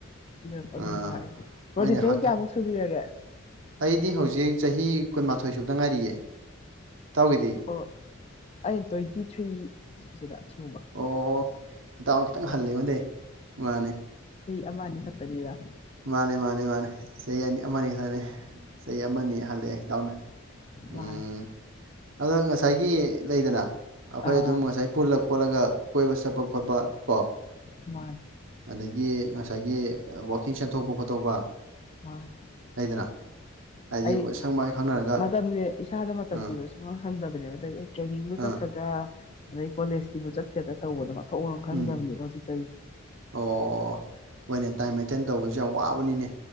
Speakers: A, on the left (about 30°); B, on the right (about 65°).
A: ꯑꯗꯨ ꯑꯗꯨꯝ
B: ꯑꯥ
A: ꯐꯔꯦ ꯕꯔꯣꯗꯤ
B: ꯍꯣꯏꯅꯦ
A: ꯆꯍꯤ
B: ꯍ-
A: ꯀꯌꯥꯃꯨꯛ ꯁꯨꯕꯤꯔꯒꯦ
B: ꯑꯩꯗꯤ ꯍꯧꯖꯤꯛ ꯆꯍꯤ ꯀꯨꯟꯃꯥꯊꯣꯏ ꯁꯨꯕꯗ ꯉꯥꯏꯔꯤꯌꯦ ꯏꯇꯥꯎꯒꯤꯗꯤ
A: ꯑꯣ ꯑꯩꯅ ꯇ꯭ꯋꯦꯟꯇꯤ ꯊ꯭ꯔꯤ ꯁꯤꯗ ꯁꯨꯕ
B: ꯑꯣ ꯏꯇꯥꯎꯅ ꯈꯤꯇꯪ ꯍꯜꯂꯦ ꯑꯩꯉꯣꯟꯗꯩ ꯃꯥꯅꯦ
A: <inaudible> ꯑꯃꯅꯤ ꯈꯠꯇꯅꯤꯗ
B: ꯃꯥꯅꯦ ꯃꯥꯅꯦ ꯃꯥꯅꯦ ꯆꯍꯤ ꯑꯅꯤ ꯑꯃꯅꯤ ꯈꯛꯅ‌ꯦ ꯆꯍꯤ ꯑꯃꯅꯤ ꯍꯜꯂ‌ꯦ ꯏꯇꯥꯎꯅ
A: ꯃꯥꯅꯦ
B: ꯎꯝ ꯑꯗꯣ ꯉꯁꯥꯏꯒꯤ ꯂꯩꯗꯅ ꯑꯩꯈꯣꯏ
A: ꯑꯥ
B: ꯑꯗꯨꯝ ꯉꯁꯥꯏ ꯄꯨꯜꯂ ꯈꯣꯠꯂꯒ ꯀꯣꯏꯕ ꯆꯠꯄ ꯈꯣꯠꯄ ꯀꯣ
A: ꯃꯥꯟ
B: ꯑꯗꯒꯤ ꯉꯁꯥꯏꯒꯤ ꯋꯥꯀꯤꯡ ꯆꯦꯟꯊꯣꯛꯄ ꯈꯣꯠꯇꯣꯛꯄ
A: ꯃꯥꯟ
B: ꯂꯩꯗꯅ ꯍꯥꯏꯗꯤ
A: ꯑꯩ
B: ꯁꯪ ꯃꯥꯏ ꯈꯪꯅꯔꯒ
A: ꯃꯇꯝꯖ‌ꯦ ꯏꯁꯥꯗ ꯃꯇꯝ
B: ꯑꯥ
A: ꯄꯤꯕꯁ ꯁꯨꯡꯁꯪ ꯁꯪꯗꯕꯅꯦꯕ ꯑꯗꯒꯤ ꯑꯩ ꯇ꯭ꯔꯦꯅꯤꯡꯕꯨ ꯆꯠꯀꯗ꯭ꯔꯥ
B: ꯑꯥ
A: ꯑꯗꯩ ꯀꯣꯂꯦꯖꯀꯤꯕꯨ ꯆꯠ ꯁꯦꯠꯇ ꯇꯧꯕꯗ ꯃꯊꯣꯛꯝ ꯈꯪꯗꯕꯅꯦꯕ
B: ꯎꯝ
A: ꯍꯧꯖꯤꯛꯇꯩꯁꯦ
B: ꯑꯣ ꯃꯣꯏ ꯑꯣꯏꯅ ꯇꯥꯏꯝ ꯃꯦꯟꯇꯦꯟ ꯇꯧꯕꯁꯨ ꯌꯥꯝ ꯋꯥꯕꯅꯤꯅꯦ